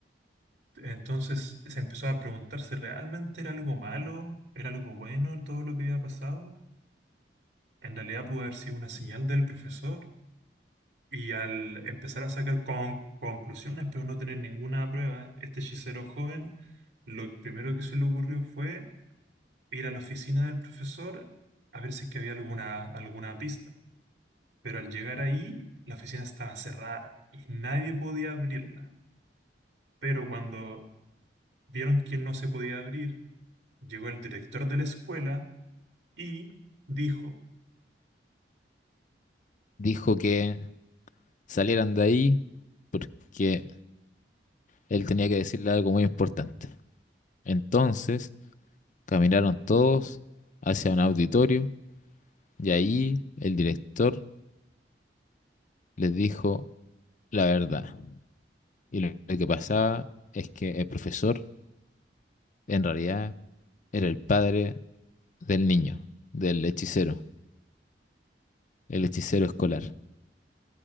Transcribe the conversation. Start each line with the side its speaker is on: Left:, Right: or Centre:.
Right: Entonces se empezó a preguntar si realmente era algo malo, era algo bueno todo lo que había pasado. En realidad pudo haber sido una señal del profesor y al empezar a sacar con- conclusiones, pero no tener ninguna prueba, este hechicero joven, lo primero que se le ocurrió fue ir a la oficina del profesor a ver si es que había alguna, alguna pista. Pero al llegar ahí, la oficina estaba cerrada y nadie podía abrirla. Pero cuando vieron que no se podía abrir, llegó el director de la escuela y dijo,
Left: dijo que salieran de ahí porque él tenía que decirle algo muy importante. Entonces caminaron todos hacia un auditorio y ahí el director les dijo la verdad. Y lo lo que pasaba es que el profesor en realidad era el padre del niño, del hechicero, el hechicero escolar,